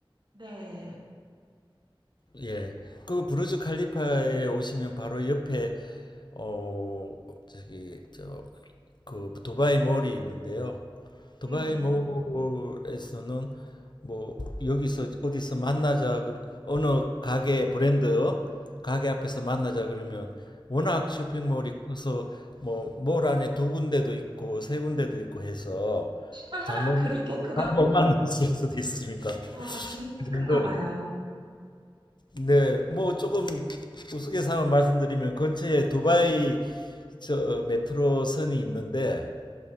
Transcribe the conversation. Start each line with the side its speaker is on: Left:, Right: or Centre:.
Right: 네.
Left: 예. 그 부르즈 칼리파에 오시면 바로 옆에 어 저기 저 그 두바이 몰이 있는데요.
Right: 네네.
Left: 두바이 몰에서는 뭐 여기서 어디서 만나자 그 어느 가게 브랜드 가게 앞에서 만나자 그러면 워낙 쇼핑몰이 커서 뭐 몰 안에 두 군데도 있고 세 군데도 있고 해서
Right: <laughs>
Left: 잘못
Right: 그런 너, 크가
Left: 잘못
Right: 그,
Left: 만났을 수도 있습니다.
Right: 와, 진짜
Left: 그
Right: 큰가
Left: 정도로.
Right: 봐요.
Left: 네, 뭐 조금 우스갯소리 말씀드리면 근처에 두바이 저 메트로선이 있는데